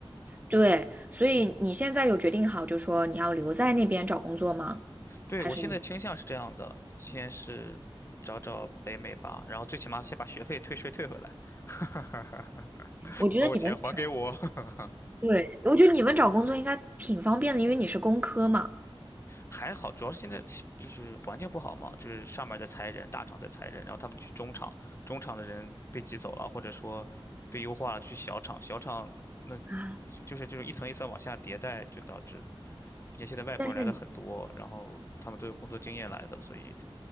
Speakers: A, on the right; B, on the left.
A: 对，所以你现在有决定好，就说你要留在那边找工作吗？
B: 对，
A: 还是
B: 我现在倾向是这样的，先是找找北美吧，然后最起码先把学费退税退回来，<laughs>
A: 我觉得你们找，
B: 把我钱还给我。<laughs>
A: 对，我觉得你们找工作应该挺方便的，因为你是工科嘛。
B: 还好，主要是现在就是环境不好嘛，就是上面在裁人，大厂在裁人，然后他们就去中厂，中厂的人被挤走了，或者说被优化了去小厂，小厂那就就是这种一层一层往下迭代，
A: 啊，
B: 就导致，并且现在外国人来的很多，
A: 但是你
B: 然后他们都有工作经验来的，所以，